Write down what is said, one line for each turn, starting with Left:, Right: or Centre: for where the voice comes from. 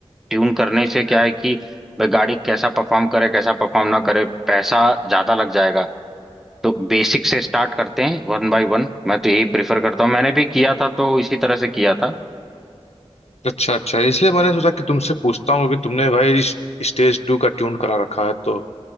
Centre: ट्यून करने से क्या है कि भाई गाड़ी कैसा परफॉर्म करे कैसा परफॉर्म ना करे पैसा ज्यादा लग जाएगा तो बेसिक से स्टार्ट करते हैं वन बाय वन मैं तो यही प्रेफर करता हूँ मैंने भी किया था तो इसी तरह से किया था
Left: अच्छा अच्छा इसलिए मैंने सोचा कि तुमसे पूछता हूँ कि तुमने भाई स्टेज टू का ट्यून करा रखा है तो